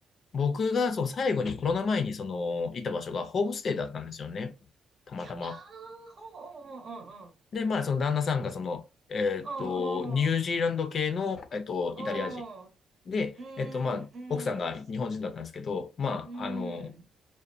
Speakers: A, on the left; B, on the right.
A: 僕がそう最後にコロナ前にそのいた場所がホームステイだったんですよね。たまたま。
B: ああほう、うんうんうんうん。
A: で、まあその旦那さんがその、えっと、
B: うんうん。
A: ニュージーランド系の、えっと、
B: う
A: イタリア人。で、
B: ん
A: えっと、まあ奥さんが日本人だったんですけど、
B: うん。
A: まああの、
B: うん。うん。